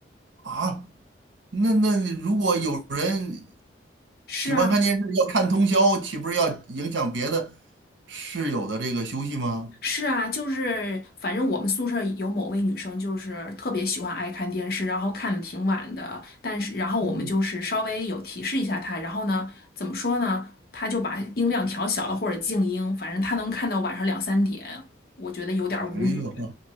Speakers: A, on the right (about 75°); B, on the left (about 55°).
A: 啊，那那如果有人
B: 是啊，
A: 喜欢看电视要看通宵，岂不是要影响别的室友的这个休息吗？
B: 是啊，就是反正我们宿舍有某位女生，就是特别喜欢爱看电视，然后看的挺晚的。但是，然后我们就是稍微有提示一下她，
A: 嗯，
B: 然后呢，怎么说呢？她就把音量调小了或者静音，反正她能看到晚上两三点，我觉得有点儿无语。
A: 哎呦，